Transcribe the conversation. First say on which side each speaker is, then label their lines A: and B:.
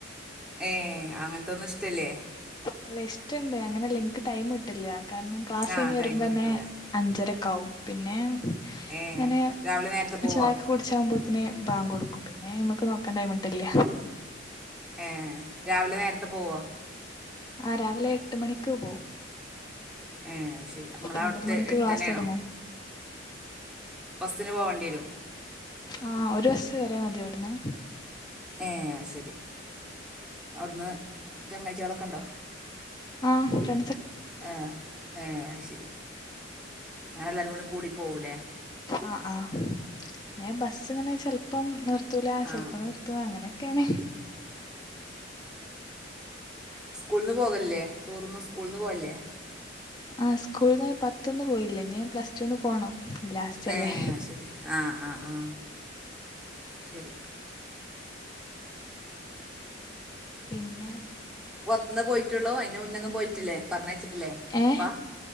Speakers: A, in the centre; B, on the left (about 20°).
A: ഏ അങ്ങനത്തൊന്നും ഇഷ്ട്ടല്ല്യേ
B: അല്ല ഇഷ്ട്ടണ്ട് അങ്ങനെല്ല ഇന്ക്ക് ടൈം കിട്ടല്ല കാരണം ക്ലാസ്
A: ആഹ്
B: കഴിഞ്ഞ് വരുമ്പന്നെ
A: ടൈം കിട്ടൂല
B: അഞ്ചര ക്കാവും പിന്നെ
A: ഏഹ്
B: അങ്ങനെ
A: രാവിലെ നേരത്തെ പോവോ
B: ചായക്കെ കുടിച്ചാകുമ്പോ ത്തിന് ബാങ്ക് കൊടുക്കും പിന്നെ അയ്മക്ക് നോക്കാൻ ടൈമ്ട്ടല്ല
A: ഏ രാവിലെ നേരത്തെ പോവോ
B: ആ രാവിലെ എട്ട് മണിക്ക് പോവും
A: ഏ ശെരി നമ്മളവിടുത്തെ
B: ഒമ്പത് മണിക്ക്
A: എടുത്തന്നെയാണോ
B: ക്ലാസ് തൊടങ്ങും
A: ബസ്സിന് പോവേണ്ടി വരും
B: ആ ഒരു ബസ്സ് കറിയ മതി ഇവിടന്ന്
A: ഏ ശരി അവിടുന്ന് ചങ്ങാഴ്ച്ചിയാളൊക്കെ ഉണ്ടോ
B: ആ ഫ്രണ്ട്സോക്കെണ്ട്
A: ഏഹ് ഏഹ് അത് ശരി അങ്ങനെ എല്ലാരും കൂടി കൂടി പോവുലേ
B: ആ ആ പിന്നെ ബസ്സിങ്ങനെ ചെലപ്പം നിർത്തൂല
A: ആഹ്
B: ചെിലപ്പം
A: ആഹ്
B: നിർത്തും അങ്ങനെയൊക്കെണ്
A: സ്കൂളിൾന്ന് പോകല്ലേ ടൂറിന് സ്കൂളിൽന്ന് പോവല്ലേ
B: ആ സ്കൂളിൽന്ന് പത്ത്ന്ന് പോയില്ലനീ പ്ലസ് ടുന്ന് പോണം ലാസ്റ്റല്ലേ
A: ഏ ശരി ആ ആ ആ ശരി
B: പിന്നെ
A: ന്ന് പോയിട്ടുള്ളോ അതിന് മുന്നെന്നും പോയിറ്റില്ലെ പറഞ്ഞയച്ചി ല്ലേപ്പാ
B: ഏ